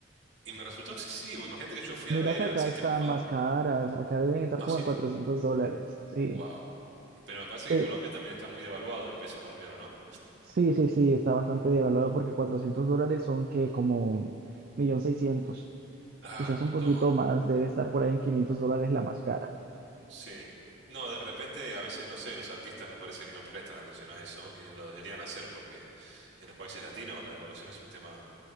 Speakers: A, on the right; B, on the right.
A: y me resultó excesivo. Imagínate que yo fui a
B: Mira
A: ver
B: que
A: a
B: acá
A: System
B: están
A: of a...
B: más caras, acá deben estar
A: ¿Ah,
B: como
A: sí?
B: en 400 dólares, sí.
A: Wow. Pero me parece
B: Pe-
A: que Colombia también está muy devaluado el peso colombiano, ¿no?
B: Sí, sí, sí, está bastante devaluado porque 400 dólares son que como un millón seiscientos,
A: Claro,
B: quizás
A: un
B: un
A: montón.
B: poquito más, debe estar por ahí en 500 dólares la más cara.
A: Sí. No, de repente a veces, no sé, los artistas me parece que no prestan atención a eso y lo deberían hacer porque en los países latinos la devaluación es un tema,